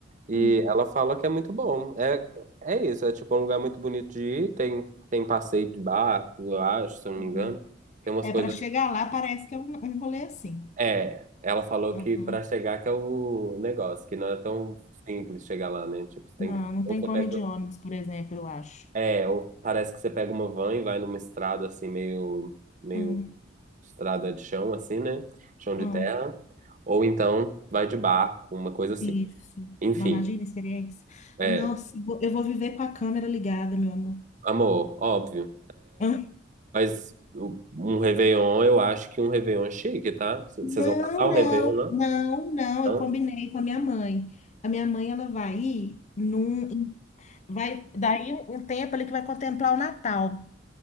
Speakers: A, on the right; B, on the left.
A: e
B: hum,
A: ela fala que é muito bom. É, é isso, é tipo um lugar muito bonito de ir, tem, tem passeio de barco, eu acho, se eu não
B: hum.
A: me engano. Tem umas
B: É
A: coisas
B: para chegar lá, parece que é um, um rolê assim.
A: É, ela falou
B: Ah,
A: que
B: ah.
A: pra chegar que é o negócio, que não é tão simples chegar lá, né? Tipo, você tem
B: Não,
A: que.
B: não
A: Ou
B: tem
A: você
B: como
A: pega.
B: ir de ônibus, por exemplo, eu acho.
A: É, ou parece que você pega uma van e vai numa estrada assim, meio, meio
B: Hum,
A: estrada de chão, assim, né? Chão de
B: hum,
A: terra. Ou então vai de barco, uma coisa assim.
B: isso.
A: Enfim,
B: Não imagina a experiência.
A: é,
B: Nossa, eu vou eu vou viver com a câmera ligada, meu amor.
A: amor, óbvio.
B: Hã?
A: Mas o- um Réveillon, eu acho que um Réveillon é chique, tá? C- Vocês
B: Não,
A: vão passar
B: não,
A: o Réveillon, né?
B: não, não.
A: Hã?
B: Eu combinei com a minha mãe. A minha mãe, ela vai ir num, vai, daí um tempo ali que vai contemplar o Natal.